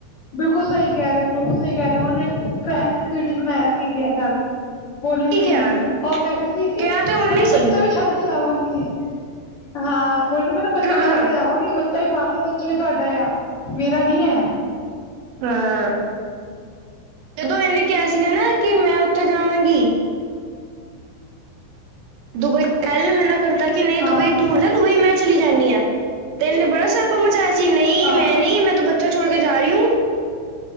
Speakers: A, on the left; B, on the right.
A: ਬਿਲਕੁਲ ਸਹੀ ਕਹਿ ਰਹੇ ਓ- ਬਿਲਕੁਲ ਸਹੀ ਕਹਿ ਰਹੇ। ਉਹਨੇ ਫੈਂਕ ਦੇ ਵੀਡੀਓ 'ਚ ਬਣਾਇਆ ਸੀਗਾ ਗੱਲ- ਬੋਲੀ
B: ਠੀਕ
A: ਸੀਗੀ
B: ਆ
A: ਉਹ ਕਹਦੀ ਸੀ ਕਿ
B: ਕਿਹਾ ਤੇ ਉਹਨੇ
A: ਮਤਲਬ
B: ਸੀ
A: ਬੱਚਾ ਵੀ- ਛਡ ਕੇ ਜਾਵਾਗੀ ਹਾਂ ਹੋਲੀ ਮਤਲਬ ਬੱਚਾ
B: ਹਾਂ
A: ਵੀ
B: ਹਾਂ
A: ਛਡ ਕੇ ਜਾਵਾਗੀ ਬੱਚਾ ਵੀ ਪਾਲ ਲੋੋ- ਵੀ ਤੁਹਾਡਾ ਆ ਮੇਰਾ ਨੀ ਹੈ।
B: ਹਾਂ ਜਦੋ ਇਹਨੇ ਕਿਹਾ ਸੀਗਾ ਨਾ ਕਿ ਮੈ ਉਥੇ ਜਾਵਾਂਗੀ। ਦੁਬਈ ਕਹਿਲ ਮਨਾ ਕਰਤਾ ਕਿ ਨਹੀ ਦੁਬਈ
A: ਹਾਂ
B: ਟੂਰ- ਹੋਈ ਮੈ ਚਲੀ ਜਾਦੀ ਹਾਂ ਤੈਨੇ ਬੜਾ <unintelligible> ਸੱਪ ਮਚਾਇਆ ਸੀ ਨਹੀ।
A: ਹਾਂ-
B: ਨਹੀ ਮੈ ਬੱਚਾ ਛੋੜ ਕੇ ਜਾ ਰਹੀ ਹੂੰ-